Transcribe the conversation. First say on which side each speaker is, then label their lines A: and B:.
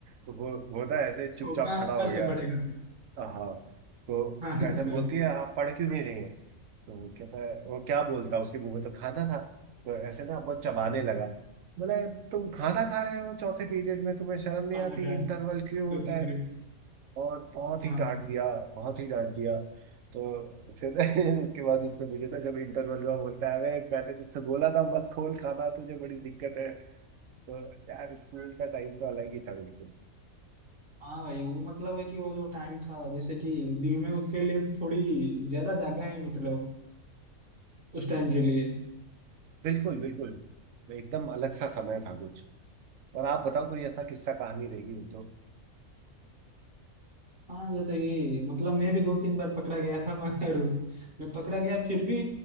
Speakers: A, on the right; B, on the right.
A: तो वो वो ना ऐसे चुपचाप
B: वो कहाँ
A: खड़ा हो
B: से
A: गया
B: पड़ेगा फिर
A: हाँ तो
B: <laughs> अच्छा
A: मैडम बोलती है आप पढ़ क्यों नहीं रही हैं तो वो कहता है वो क्या बोलता उसके मुंह में तो खाना था तो ऐसे ना बहुत चबाने लगा बोला तुम खाना खा रहे हो चौथे पीरियड में तुम्हें शर्म नहीं
B: खाना
A: आती
B: खा
A: इंटरवल
B: रहे हैं,
A: क्यों
B: चौथे
A: होता है
B: पीरियड
A: और बहुत
B: हाँ
A: ही डांट दिया बहुत ही डांट दिया तो फिर <laughs> उसके बाद उसने मुझे ना जब इंटरवल हुआ बोलता है अबे मैंने तुझसे बोला था मत खोल खाना तुझे बड़ी दिक्कत है तो यार स्कूल का टाइम तो अलग ही था बिल्कुल
B: हाँ भाई वो मतलब है कि वो जो टाइम था जैसे कि दिल में उसके लिए थोड़ी ज्यादा जगह है मतलब उस टाइम के लिए
A: बिल्कुल बिल्कुल तो एकदम अलग सा समय था कुछ। और आप बताओ कोई ऐसा किस्सा कहानी रहेगी वो तो
B: हाँ जैसे कि मतलब मैं भी दो तीन बार पकड़ा गया था <laughs> मगर मैं पकड़ा गया फिर भी